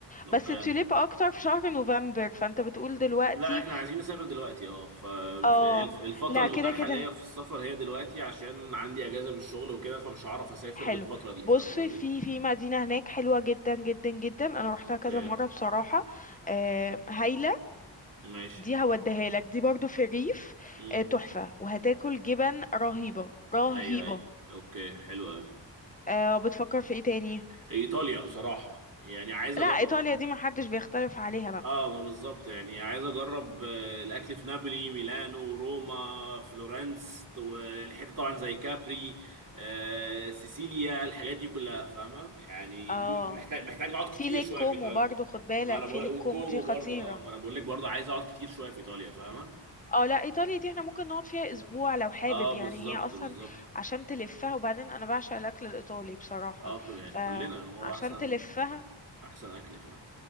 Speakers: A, on the right; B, on the left.
A: اوكي
B: بس توليب اكتر في شهر نوفمبر فانت بتقول دلوقتي
A: لا احنا عايزين نسافر دلوقتي اه فالفترة
B: اه لا
A: المتاحة
B: كده كده
A: ليا في السفر هي دلوقتي عشان عندي اجازة من الشغل وكده فمش هعرف اسافر
B: حلو
A: غير الفترة دي
B: بص
A: فاهم قصدي؟
B: في في مدينة هناك حلوة جدا جدا جدا انا روحتها
A: اوكي
B: كذا مرة بصراحة آه هايلة
A: ماشي
B: دي هوديها لك دي برضو في الريف
A: امم
B: آه تحفة وهتاكل جبن رهيبة رهيبة
A: ايوه ايوه اوكي حلو قوي
B: آه بتفكر في ايه تاني
A: ايطاليا بصراحة يعني عايز اجرب
B: لا ايطاليا دي محدش بيختلف عليها بقى
A: اه ما بالظبط يعني عايز اجرب آه، الاكل في نابولي ميلانو روما فلورنس والحته طبعا زي كابري آه سيسيليا الحاجات دي كلها فاهمه يعني
B: اه
A: دي محتاج محتاج اقعد كتير
B: في ليك
A: شويه
B: كومو
A: في ايطاليا
B: برضو خد بالك
A: ما انا بقول
B: في ليك
A: وكومو
B: كومو دي خطيرة
A: برضه اه ما انا بقول لك برضه عايز اقعد كتير شويه في ايطاليا فاهمه
B: اه لا ايطاليا دي احنا ممكن نقعد فيها اسبوع لو حابب
A: اه بالظبط
B: يعني هي اصلا
A: بالظبط
B: عشان تلفها وبعدين انا بعشق الاكل الايطالي بصراحة
A: اه كل يعني
B: فعشان
A: كلنا هو احسن
B: تلفها
A: احسن اكل فعلا